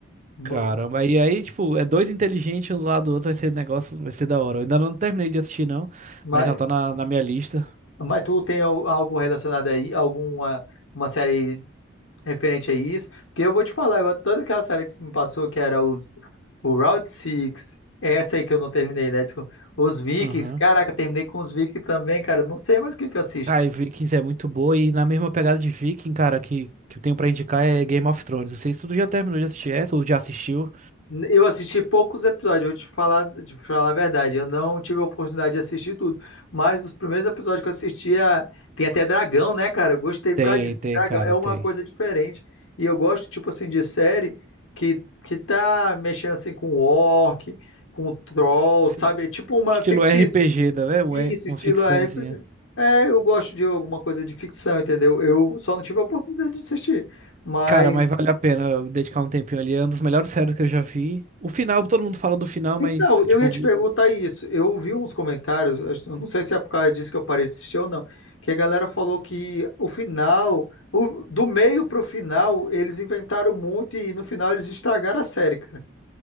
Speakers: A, on the left (about 80°); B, on the right (about 35°).
A: Bom,
B: Caramba, aí aí, tipo, é dois inteligentes um do lado do outro, vai ser negócio, vai ser da hora. Eu ainda não terminei de assistir, não,
A: mas,
B: mas já tá na, na minha lista.
A: mas tu tem al- algo relacionado aí, alguma uma série referente a isso, porque eu vou te falar, eu, toda aquela série que você me passou, que era os, o Round Six essa aí que eu não terminei, né? Desculpa. Os Vikings,
B: Aham.
A: caraca, terminei com os Vikings também, cara, eu não sei mais o que que eu assisto.
B: Ah, e Vikings é muito boa, e na mesma pegada de Viking, cara, que, que eu tenho pra indicar é Game of Thrones. Não sei se tu já terminou de assistir essa ou já assistiu.
A: Eu assisti poucos episódios, eu vou te falar, te falar a verdade. Eu não tive a oportunidade de assistir tudo. Mas os primeiros episódios que eu assistia, tem até dragão, né, cara? Eu gostei
B: Tem,
A: por causa disso. Tem
B: tem,
A: dragão
B: cara,
A: é uma
B: tem.
A: coisa diferente. E eu gosto, tipo assim, de série que, que tá mexendo assim com orc, com troll,
B: Sim,
A: sabe? É tipo uma
B: Estilo
A: fictícia.
B: RPG, né? Uma
A: Isso,
B: uma
A: estilo
B: ficçãozinha.
A: RPG. É, eu gosto de alguma coisa de ficção, entendeu? Eu só não tive a oportunidade de assistir. Mas
B: Cara, mas vale a pena eu dedicar um tempinho ali. É um dos melhores séries que eu já vi. O final, todo mundo fala do final, mas,
A: Então, eu
B: tipo.
A: ia te perguntar isso. Eu vi uns comentários, acho- eu não sei se é por causa disso que eu parei de assistir ou não, que a galera falou que o final, o- do meio pro final, eles inventaram muito e no final eles estragaram a série, cara.